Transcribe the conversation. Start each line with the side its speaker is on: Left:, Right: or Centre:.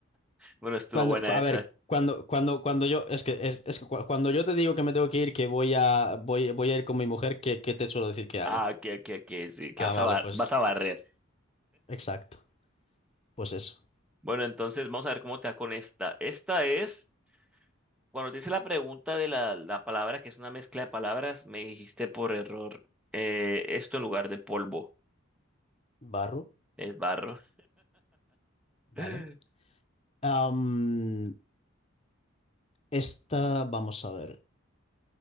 Centre: Bueno, estuvo
Left: Cuando,
Centre: buena
Left: a
Centre: esa.
Left: ver, cuando, cuando, cuando yo, es que, es, es que cu- cuando yo te digo que me tengo que ir, que voy a, voy, voy a ir con mi mujer, ¿qué, qué te suelo decir que hago?
Centre: Ah, ok, ok, ok. Sí, que
Left: Ah,
Centre: vas
Left: vale,
Centre: a, bar-
Left: pues,
Centre: vas a barrer.
Left: exacto. Pues eso.
Centre: Bueno, entonces vamos a ver cómo te va con esta. Esta es. Cuando te hice la pregunta de la, la palabra, que es una mezcla de palabras, me dijiste por error eh, esto en lugar de polvo.
Left: Barro,
Centre: Es barro.
Left: ¿vale?
Centre: <laughs>
Left: Am, esta, vamos a ver.